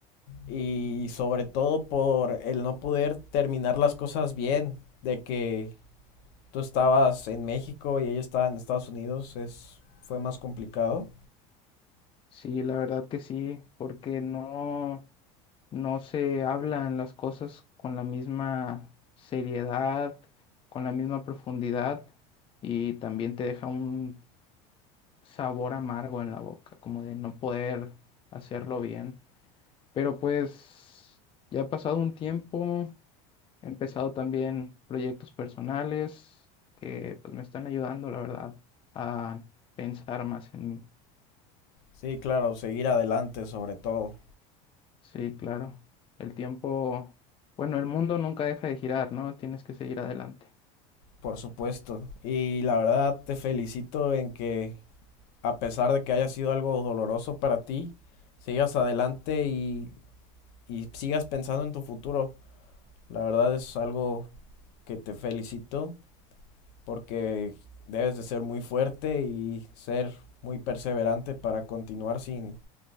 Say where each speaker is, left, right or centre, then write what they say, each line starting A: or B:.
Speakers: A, on the left; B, on the left.
A: Y sobre todo por el no poder terminar las cosas bien, de que tú estabas en México y ella estaba en Estados Unidos, es, fue más complicado.
B: Sí, la verdad que sí, porque no, no se hablan las cosas con la misma seriedad, con la misma profundidad y también te deja un sabor amargo en la boca, como de no poder hacerlo bien. Pero pues ya ha pasado un tiempo, he empezado también proyectos personales que pues me están ayudando, la verdad, a pensar más en mí.
A: Sí, claro, seguir adelante sobre todo,
B: Sí, claro. El tiempo, bueno, el mundo nunca deja de girar, ¿no? Tienes que seguir adelante.
A: por supuesto. Y la verdad, te felicito en que, a pesar de que haya sido algo doloroso para ti, sigas adelante y y sigas pensando en tu futuro. La verdad es algo que te felicito porque debes de ser muy fuerte y ser muy perseverante para continuar sin,